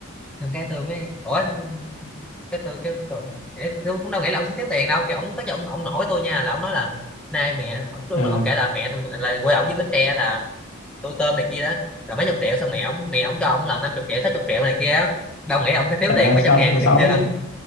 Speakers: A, in the centre; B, on the left.
A: Xong cái tôi mới ủa cái tôi cái tôi, cái- tôi cũng đâu nghĩ là ông sẽ thiếu tiền đâu kiểu ông tới giờ ông, ông nổi tôi nha là ông nói là nay mẹ lúc
B: ừ.
A: đó ông kể là mẹ là quê ông với Bến Tre là tô tôm này kia đó là mấy chục triệu xong mẹ ông mẹ ông cho ông là năm chục triệu sáu chục triệu này kia á. đâu nghĩ là ông sẽ thiếu
B: Chả,
A: tiền mấy
B: sao
A: trăm ngàn
B: sao mà sao
A: này
B: ông
A: kia đâu.